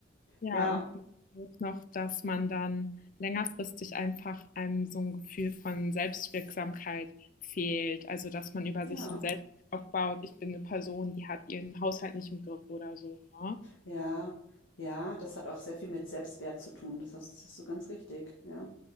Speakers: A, on the left; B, on the left.
A: ja,
B: Ja,
A: und auch noch, dass man dann längerfristig einfach einem so ein Gefühl von Selbstwirksamkeit fehlt. Also, dass man über
B: ja,
A: sich so ein Selbst aufbaut. Ich bin eine Person, die hat ihren Haushalt nicht im Griff oder so. Ne?
B: ja, ja, das hat auch sehr viel mit Selbstwert zu tun. Das hast, das ist so ganz richtig, ja.